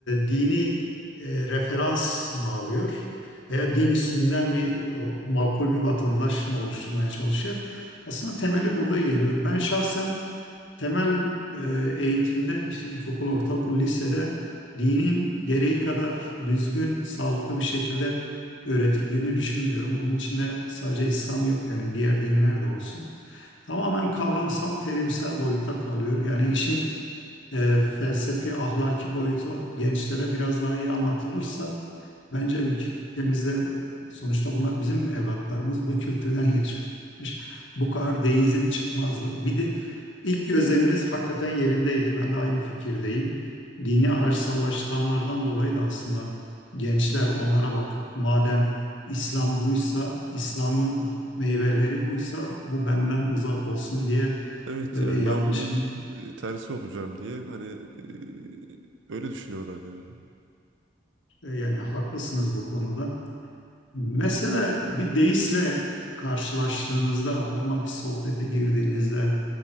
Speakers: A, on the left; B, on the right.
A: dini e, referans mı alıyor? Veya din üstünden mi o, makul bir vatandaş mı oluşturmaya çalışıyor? Aslında temeli burada geliyor. Ben şahsen temel e, eğitimde işte ilkokul, ortaokul, lisede dinin gereği kadar düzgün, sağlıklı bir şekilde öğretildiğini düşünmüyorum. Bunun içinde sadece İslam yok yani diğer dinler de olsun. Tamamen kavramsal, terimsel boyutta kalıyor. Yani işin e, felsefi ahlaki boyutu gençlere biraz daha iyi anlatılırsa bence ülkemizde sonuçta bunlar bizim evlatlarımız bu kültürden yetişmiş. Bu kadar deizm çıkmazdı. Bir de ilk gözleminiz hakikaten yerindeydi. Ben de aynı fikirdeyim. Dini araçsallaştıranlardan dolayı da aslında gençler onlara bakıp madem İslam buysa, İslam'ın meyveleri buysa bu benden uzak olsun diye
B: Evet
A: böyle
B: yani
A: yanlış
B: ben bunun
A: bir
B: e, tersi olacağım diye hani e, öyle düşünüyorlar yani.
A: E, Yani haklısınız bu konuda. Mesela bir deistle karşılaştığınızda, onunla bir sohbete girdiğinizde